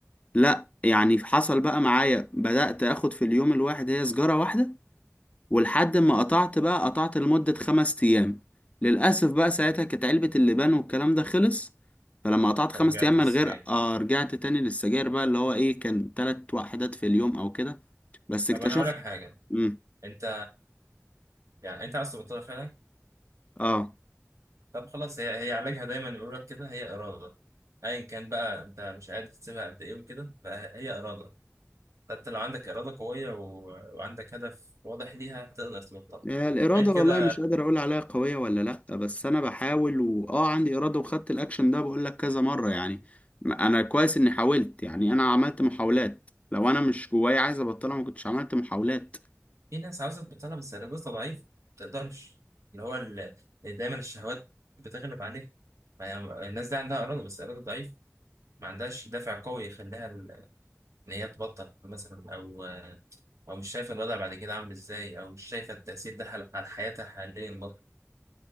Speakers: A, on the left; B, on the right.
A: لا يعني حصل بقى معايا بدأت اخد في اليوم الواحد هي سجارة واحدة ولحد ما قطعت بقى قطعت لمدة خمس أيام للأسف بقى ساعتها كانت علبة اللبان والكلام ده خلص فلما قطعت خمس
B: رجعت
A: أيام من
B: السجاير
A: غير آه رجعت تاني للسجاير بقى اللي هو إيه كان تلات وحدات في اليوم أو كده بس
B: طب
A: اكتشفت
B: انا هقول لك حاجة
A: مم.
B: انت يعني انت عاوز تبطلها فعلا
A: آه
B: طب خلاص هي هي علاجها دايما يقول لك كده هي اراده ايا كان بقى انت مش قادر تسيبها قد ايه وكده فهي اراده فانت لو عندك اراده قويه و... وعندك هدف واضح ليها تقدر تبطلها
A: آه، الإرادة
B: غير كده
A: والله مش قادر أقول عليها قوية ولا لأ بس أنا بحاول وآه عندي إرادة وخدت الأكشن ده بقول لك كذا مرة يعني ما- أنا كويس إني حاولت يعني أنا عملت محاولات لو أنا مش جوايا عايز أبطلها ما كنتش عملت محاولات
B: في ناس عاوزه تبطلها بس ارادتها ضعيفه ما تقدرش اللي هو ال... دايما الشهوات بتغلب عليها ما هي- الناس دي عندها اراده بس اراده ضعيفه ما عندهاش دافع قوي يخليها ان هي تبطل مثلا او او مش شايفه الوضع بعد كده عامل ازاي او مش شايفه التاثير ده حل- على حياتها حاليا برضه